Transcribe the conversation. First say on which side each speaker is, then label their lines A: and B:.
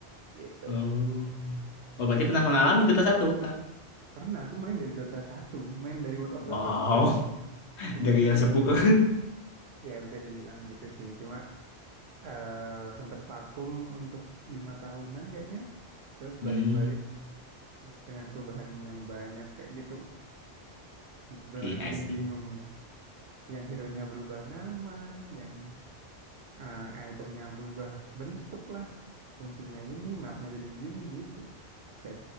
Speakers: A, on the right; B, on the left.
A: gitu.
B: oh. Oh,
A: Nah,
B: berarti pernah mengalami Dota satu, Kak.
A: pernah aku main dari Dota satu, main dari World of Warcraft
B: Wow,
A: itu.
B: <laughs>
A: Jadi
B: dari yang
A: sudah
B: sepuluh.
A: ya bisa dibilang gitu sih. Cuma eh, sempat vakum untuk lima tahunan kayaknya, terus
B: Hmm,
A: balik-balik uh, dengan perubahan yang banyak kayak gitu. Benar-benar
B: iya
A: bikin
B: sih.
A: bingung. Yang hero-nya berubah nama, yang eh, itemnya berubah bentuk lah. Fungsinya ini, mapnya jadi gini gitu. Saya